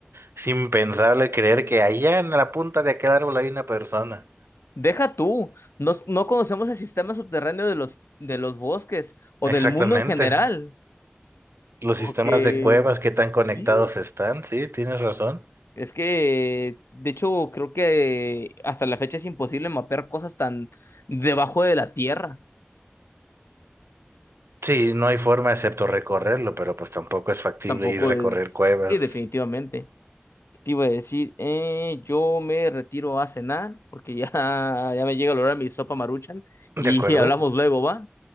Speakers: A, on the right (about 75°); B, on the left (about 85°).
A: es impensable creer que allá en la punta de aquel árbol hay una persona.
B: Deja tú, no, no conocemos el sistema subterráneo de los, de los bosques o del
A: Exactamente.
B: mundo en general,
A: Los
B: porque
A: sistemas de cuevas, qué tan conectados
B: sí,
A: están. Sí, tienes razón.
B: es que de hecho creo que hasta la fecha es imposible mapear cosas tan debajo de la tierra.
A: Sí, no hay forma excepto recorrerlo, pero pues tampoco es factible
B: Tampoco
A: ir a recorrer
B: es,
A: cuevas.
B: sí, definitivamente. Te iba a decir, eh, yo me retiro a cenar porque ya, <laughs> ya me llega el hora de mi sopa Maruchan
A: ¿De
B: y
A: acuerdo?
B: <laughs> hablamos luego, ¿va?